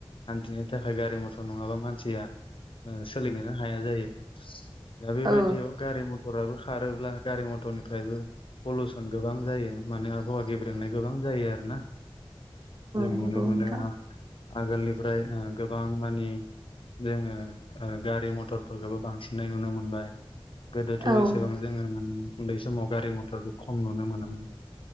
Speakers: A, on the left; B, on the right.
A: हान्थिनो थाखाय गारि मथर नङाबा मानसिया ओ सोलिनोनो हाया जायो। दा बेबायदियाव
B: औ
A: गारि मथराबो खारोब्ला गारि मथरनिफ्रायबो पलुस न गोबां जायो माने आबहावा गेब्रेंनाय गोबां जायो आरो ना। जों
B: नंगौ
A: नुनो
B: नोंथां
A: मोनो आ-आगोलनिफ्राय ओ गोबां मानि जोङो ओ गारि मथरफोरखोबो बांसिननाय नुनो मोनबाय। गोदोथ'
B: औ
A: एसेबां
B: औ
A: जोङो माने उन्दै समाव गारि मथरबो खम नुनो मोनोमोन।